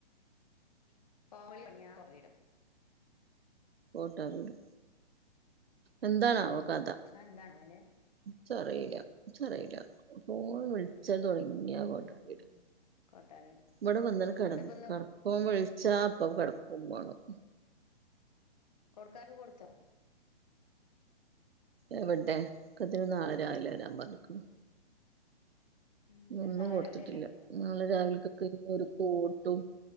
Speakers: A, on the left; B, on the right.
A: ഫളിടും
B: കോട്ടാവിടും എന്താണാവോ
A: ഉം
B: കഥച്ചറിയിലച്ചറിയില
A: അതെന്താണാവല്ലേ
B: പോൻ വിളിച്ചത് തുടങ്ങി കൊട്ടാവിടും
A: ഉം കോട്ടാ വീടും
B: വടെ വന്ന്
A: എന്നിട്ടിപ്പ
B: കടന്നാ
A: ഇന്ന്
B: കട വഴി ചാപ്പ കിടക്കും വേണം
A: കൊടുക്കാ ള്ളെ കൊടുത്തൊ
B: എവിടേ ക്കതിന്നു നാളെ രാവിലെ വരാൻ പറഞ്ഞു ക്കണ്
A: ഉം എന്നിട്ട്
B: ഒന്നും
A: നാളെ
B: കൊടുത്തിട്ടില്ല
A: രാവിലെ എല്ലാം കഴിയോ
B: നാളെ രാവിലൊക്ക ഞ്ഞ് ഒര് കോട്ടും